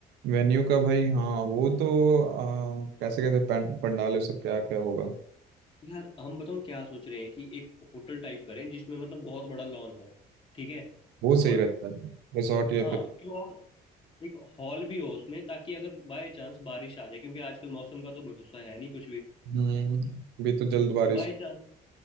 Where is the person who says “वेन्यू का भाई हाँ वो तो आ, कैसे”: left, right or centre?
Right